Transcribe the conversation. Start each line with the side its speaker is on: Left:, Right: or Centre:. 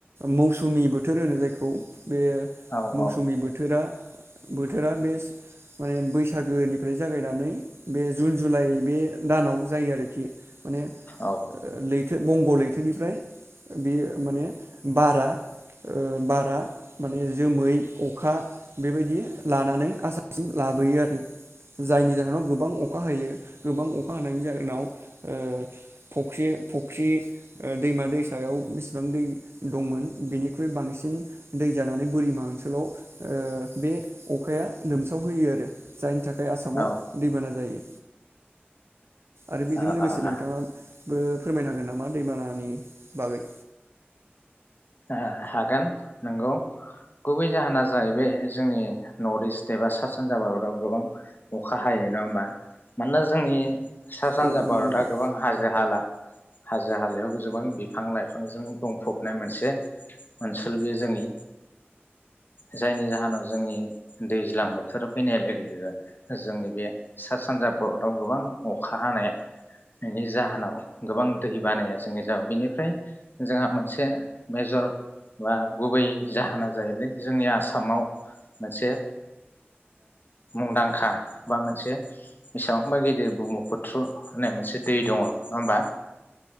Right: मौसुमि बोथोर होनो जायखौ बे
Left: औ
Right: मौसुमि
Left: औ
Right: बोथोरा बोथोरा बे माने बैसागोनिफ्राय जागायनानै बे जुन जुलाइ बे दानाव जायो आरोखि। माने
Left: औ
Right: ओ लै बंग' लैथोनिफ्राय बेयो माने बारा ओ बारा माने जोमै अखा बेबायदि लानानै आसामसिम लाबोयो आरो जायनि जाहोनाव गोबां अखा हायो। गोबां अखा हानायनि जाहोनाव ओ फख्रि फख्रि ओ दैमा दैसायाव बिसिबां दै दंमोन बेनिख्रुइ बांसिन दै जानानै बोरिमा ओनसोलाव ओ बे अखाया लोमसाव होयो आरो जायनि थाखाय आसामाव
Left: औ
Right: दैबाना जायो। आरो बेजों
Left: आ
Right: लोगोसे
Left: आ
Right: नोंथाङा
Left: आ
Right: बो फोरमायनो हागोन नामा दैबानानि बागै।
Left: ओ हागोन नंगौ गुबै जाहोना जाहैबाय जोंनि नर्थ इस्ट एबा सा सानजा भारताव गोबां अखा हायो नङा होमबा मानोना जोंनि सा सानजा
Right: औ नंगौ
Left: भारतआ
Right: नोंथां
Left: गोबां हाजो हाला हाजो हालायाव गोबां बिफां लाइफांजों बुंफबनाय मोनसे ओनसोल बेयो जोंनि जायनि जाहोनाव जोंनि दैज्लां बोथोराव फैनाय लोगो लोगो जोंनि बे सा सानजा भारतआव गोबां अखा हानायनि जाहोनाव गोबां दै बानाया जोंनि बेनिफ्राय जोंहा मोनसे मेजर बा गुबै जाहोना जाहैबाय जोंनि आसामाव मोनसे मुंदांखा बा मोनसे बेसेबांबा गिदिर ब्रम्हफुथ्रु होननाय मोनसे दै दङ नङा होमबा।